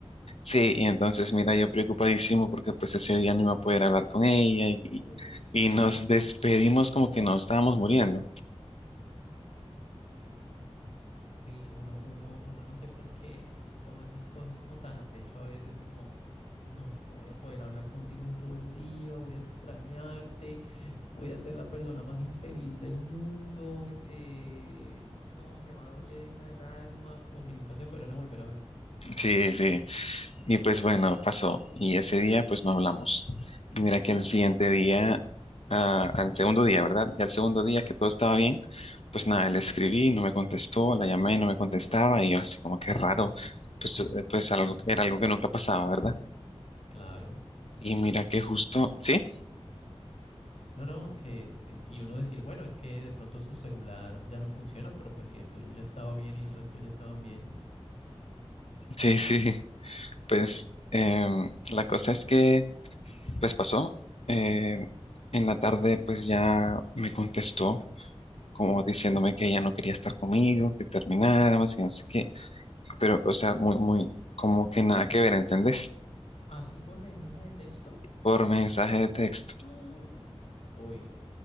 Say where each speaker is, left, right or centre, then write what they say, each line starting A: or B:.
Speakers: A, on the left; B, on the left.
A: Sí, y entonces, mira, yo preocupadísimo porque pues ese día no iba a poder hablar con ella y,
B: Uy,
A: y
B: claro.
A: nos despedimos como que nos estábamos muriendo.
B: Y uno, uno, uno no sé por qué se toma esas cosas como tan a pecho a veces, como. no, no voy a poder hablar contigo en todo el día, voy a extrañarte, voy a ser la persona más infeliz del mundo, eh, no, me va a doler en el alma, como si nunca se fueran a volver a ver.
A: Sí, sí. Y pues bueno, pasó. Y ese día pues no hablamos. Y mira que al siguiente
B: Ah,
A: día, ah, al segundo día, ¿verdad? Y al segundo día
B: ajá.
A: que todo estaba bien, pues nada, le escribí, no me contestó, la llamé, no me contestaba y yo así como que raro, pues, eh, pues algo,
B: Ah,
A: era algo que nunca pasaba, ¿verdad?
B: Claro.
A: Y mira que justo, sí,
B: No, no, que y uno decir, bueno, es que de pronto su celular ya no funciona, pero pues si el tuyo ya estaba bien y el resto ya estaban bien.
A: sí, sí. Pues em, la cosa es que, pues pasó. em, en la tarde, pues ya me contestó, como
B: Ujú.
A: diciéndome que ella no quería estar conmigo, que termináramos y no sé qué. Pero, pues, o sea, muy, muy, como que nada
B: Ah,
A: que ver, ¿entendés?
B: ¿Así por mensaje de texto? <gasps>
A: Por mensaje de texto.
B: Ah. Uy, no,